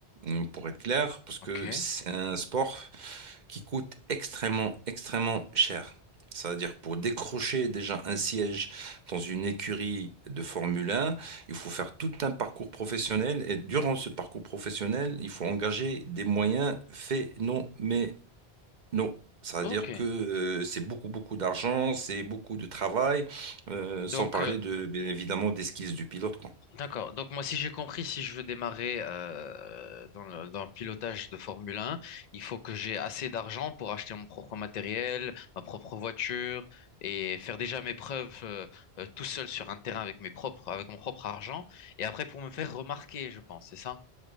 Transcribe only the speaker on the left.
Ok.
Ok.
Donc,
euh,
D'accord. Donc moi, si j'ai compris, si je veux démarrer euh, dans le, dans le pilotage de Formule 1, il faut que j'ai assez d'argent pour acheter mon propre matériel, ma propre voiture et faire déjà mes preuves euh, euh, tout seul sur un terrain avec mes propres, avec mon propre argent. Et après, pour me faire remarquer, je pense, c'est ça?